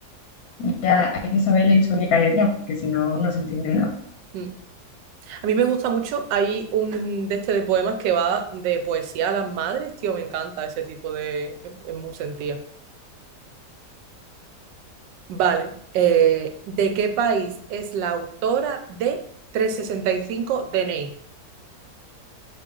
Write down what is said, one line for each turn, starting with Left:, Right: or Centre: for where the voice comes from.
Left: Ya hay que saber la historia que hay detrás, porque si no, no se entiende nada.
Right: Mm. A mí me gusta mucho, hay un de este de poemas que va de poesía a las madres, tío, me encanta ese tipo de... Es es muy sentía. Vale. Eh, ¿de qué país es la autora de 365 DNI?